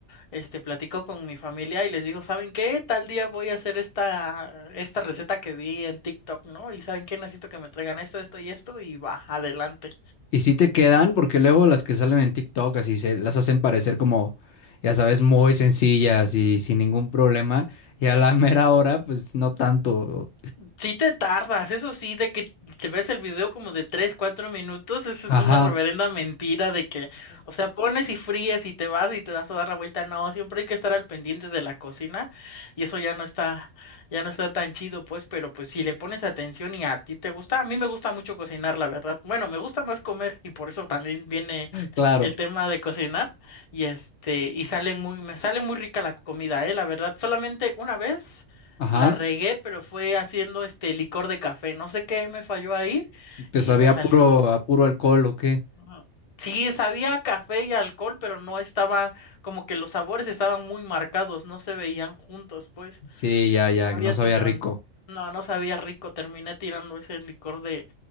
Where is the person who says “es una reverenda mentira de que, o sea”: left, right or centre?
Left